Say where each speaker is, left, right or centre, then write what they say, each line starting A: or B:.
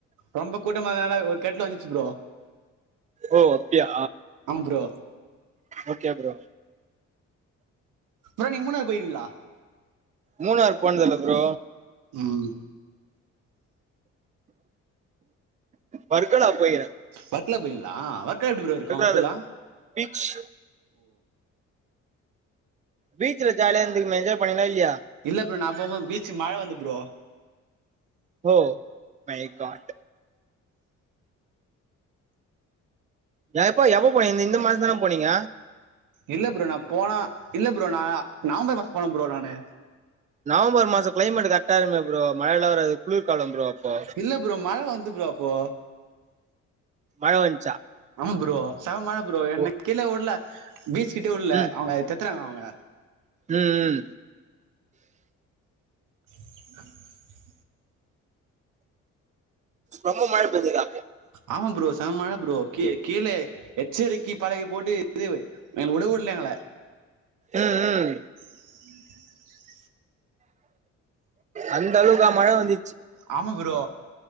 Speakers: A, on the right (about 85°); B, on the right (about 25°).
A: ரொம்ப கூட்டம்னால ஒரு கெட்டல வந்துச்சு ப்ரோ
B: ஓ அப்டியா
A: ஆமா ப்ரோ
B: ஓகே ப்ரோ
A: ப்ரோ நீங்க மூனாறு போயிருகிங்ளா
B: மூணாறு போனதில்ல ப்ரோ
A: ம்
B: பர்க்கலா போய்க்ற
A: பர்க்லா போயிர்ங்களா ஒர்க் பர்க்கலா எப்படி இருக்கு
B: வர்கலால
A: ஒர்க் எல்லா
B: பீச் பீச்சல ஜாலியா இருந்தீங்கலா என்ஜாய் பண்ணீங்கலா யா
A: இல்ல ப்ரோ நா போம்போ பீச்சு மழை வந்து ப்ரோ
B: ஓ மை காட் எப்போ எப்ப போனீங்க இந்த மாசந்தானே போனீங்க
A: இல்ல ப்ரோ நா போனா இல்ல ப்ரோ நா நவம்பர் மாசம் போன ப்ரோ நானு
B: நவம்பர் மாசம் கிளைமேட் கரொக்டா இருக்குமே ப்ரோ மழ எல்லா வராது குளர்காலம் ப்ரோ அப்போ
A: இல்ல ப்ரோ மழை வந்து ப்ரோ அப்போ
B: மழ வஞ்
A: ஆமா ப்ரோ செம மழ ப்ரோ என்ன
B: ஓ
A: கீழ விடல பீச்ச கிட்ட விடல
B: ம்
A: அவுங்க துரத்துறாங்க அவங்க
B: ம் ம்
A: ஆஹ
B: ரொம்ப மழை பெஞ்சுதா
A: ஆமா ப்ரோ செம மழ ப்ரோ கே கீழே எச்சரிக்கி பலக போட்டு இது விட விடல எங்கள
B: ம் ம்
A: உஹூம்
B: அந்த அளவுக்கா மழ வந்
A: ஆமா ப்ரோ